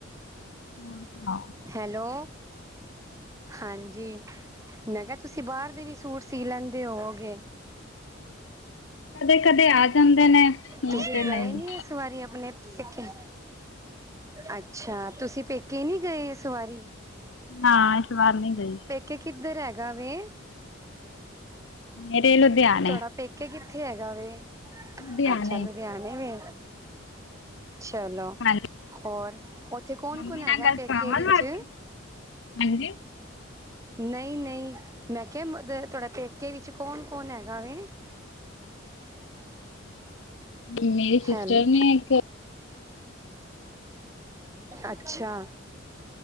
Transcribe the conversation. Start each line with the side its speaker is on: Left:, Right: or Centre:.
Left: <inaudible>
Right: ਹੈਲੋ ਹਾਂਜੀ। ਮੈਂ ਕਿਆ ਤੁਸੀਂ ਬਾਰ ਦੇ ਵੀ ਸੂਟ ਸੀ ਲੈਂਦੇ ਹੋਵੋਗੇ।
Left: ਕਦੇ ਕਦੇ ਆ ਜਾਂਦੇ ਨੇ ਨਹੀਂ
Right: ਤੁਸੀਂ
Left: ਤੇ
Right: ਗਏ
Left: ਨਹੀਂ
Right: ਨੀ ਐ ਸ ਵਾਰੀ ਆਪਣੇ ਪੇਕੇ ਅੱਛਾ ਤੁਸੀਂ ਪੇਕੇ ਨੀ ਗਏ ਸ ਵਾਰੀ।
Left: ਹਾਂ ਇਸ ਵਾਰ ਨੀ ਗਈ।
Right: ਕੇ ਕਿੱਧਰ ਹੈਗਾ ਵੇ।
Left: ਮੇਰੇ ਲੁਧਿਆਣੇ
Right: ਤੁਹਾਡਾ ਪੇਕੇ ਕਿੱਥੇ ਹੈਗਾ ਵੇ
Left: ਲੁਧਿਆਣੇ
Right: ਅੱਛਾ ਲੁਧਿਆਣੇ ਵੇ। ਚਲੋ
Left: ਹਾਂਜੀ
Right: ਹੋਰ ਓ ਥੇ ਕੌਣ-ਕੌਣ
Left: ਮੰਮੀ
Right: ਹੈਗਾ
Left: ਨਾਲ ਗੱਲ
Right: ਪੇਕੇ
Left: ਕਰਾਵਾਂਗੇ
Right: ਵਿੱਚ
Left: ਹਾਂਜੀ
Right: ਨਈ-ਨਈ ਮੈਂ ਕਿਆ ਮ ਤੁਹਾਡੇ ਪੇਕੇ ਵਿੱਚ ਕੌਣ ਕੌਣ ਹੈਗਾ ਵੇ?
Left: ਮੇਰੀ ਸਿਸਟਰ
Right: ਹੈਲੋ
Left: ਨੇ ਇੱਕ
Right: ਅੱਛਾ।